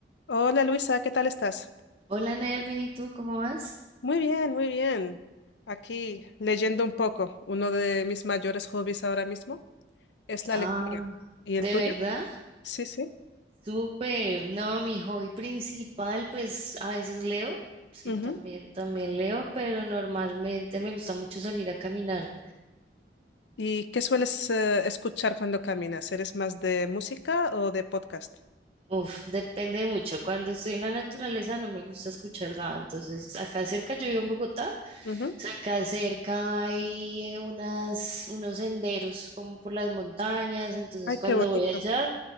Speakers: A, on the left (about 75°); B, on the right (about 30°).
A: Hola Luisa, ¿qué tal estás?
B: Hola, Ner, bien, ¿y tú cómo vas?
A: Muy bien, muy bien. Aquí leyendo un poco. Uno de mis mayores hobbies ahora mismo es la
B: Ah,
A: lectura. ¿Y el
B: ¿de
A: tuyo?
B: verdad?
A: Sí, sí.
B: Súper. No, mi hobby principal, pues a veces leo, sí,
A: Ujú.
B: también, también leo, pero normalmente me gusta mucho salir a caminar.
A: ¿Y qué sueles eh, escuchar cuando caminas? ¿Eres más de música o de podcast?
B: Uf, depende mucho. Cuando estoy en la naturaleza no me gusta escuchar nada. Entonces, acá cerca, yo vivo en Bogotá,
A: Ujú.
B: entonces acá cerca hay eh, unas, unos senderos como por las montañas. Entonces,
A: Ay,
B: cuando
A: qué bonito.
B: voy allá,